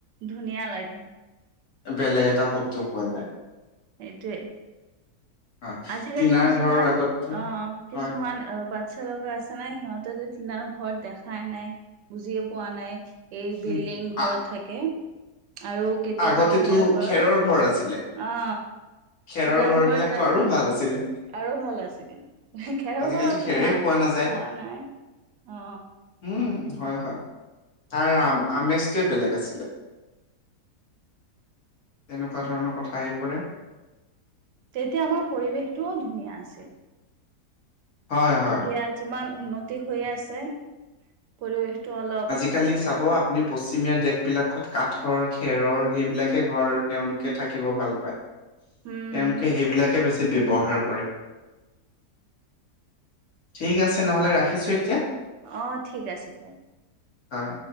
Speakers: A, on the right; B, on the left.
A: ধুনীয়া লাগে।
B: বেলেগ এটা শব্দ পোৱা যায়।
A: সেইটোৱে।
B: হয়
A: আজি-কালি
B: টিনাৰ
A: কিছুমান
B: ঘৰৰ আগতো
A: অ কিছুমান
B: হয়
A: <unintelligible> চ্ছা লগা আছে নাই সিহঁতেতো টিনাৰ ঘৰ দেখাই নাই বুজিয়ে পোৱা নাই। এই বিল্ডিং
B: উম আ
A: ঘৰত থাকে আৰু কেতিয়াবা
B: আগতেতো
A: টিনাৰ ঘৰত
B: খেৰৰ ঘৰ আছিলে।
A: অ
B: খেৰৰ
A: টিনাৰ
B: ঘৰ
A: ঘৰত
B: বিলাকতো
A: আহি
B: আৰু ভাল আছিলে।
A: আৰু ভাল আছিলে হে খেৰৰ
B: আজিকালিতো
A: ঘৰ
B: খেৰেই
A: মোহা
B: পোৱা নাযায়।
A: পোৱা নাই অ
B: উম হয় হয় তাৰ আমেজটোৱে বেলেগ আছিলে তেনেকুৱা ধৰণৰ কথা আহি পৰে
A: তেতিয়া আমাৰ পৰিৱেশটোও ধুনীয়া আছিল।
B: হয়, হয়।
A: এতিয়া যিমান উন্নতি হৈ আছে পৰিৱেশটো অলপ
B: আজিকালি চাব আপুনি পশ্চিমীয়া দেশবিলাকত কাঠৰ, খেৰৰ সেইবিলাকে ঘৰ তেওঁলোকে থাকিব ভাল পায়,
A: উম
B: তেওঁলোকে সেইবিলাকে বেছি ব্যৱহাৰ কৰে। ঠিক আছে নহ'লে ৰাখিছোঁ এতিয়া।
A: অহ, ঠিক আছে দিয়া।
B: হয়।